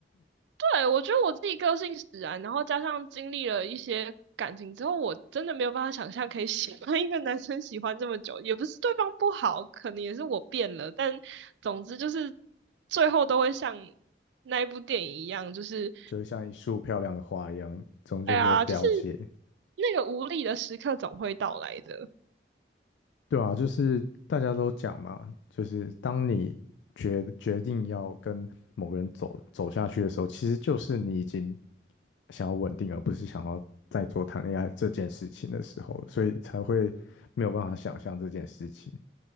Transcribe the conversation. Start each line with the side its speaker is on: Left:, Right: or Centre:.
Right: 对，我觉得我自己个性使然，然后加上经历了一些感情之后，我真的没有办法想象可以喜欢一个男生喜欢这么久，也不是对方不好，可能也是我变了，但总之就是最后都会像那一部电影一样，就是
Left: <laughs> 就会像一束漂亮的花一样，终究是会凋谢。
Right: 哎呀，就是那个无力的时刻总会到来的，
Left: 对啊，就是大家都讲嘛，就是当你决决定要跟某个人走走下去的时候，其实就是你已经想要稳定，而不是想要再做谈恋爱这件事情的时候所以才会没有办法想象这件事情。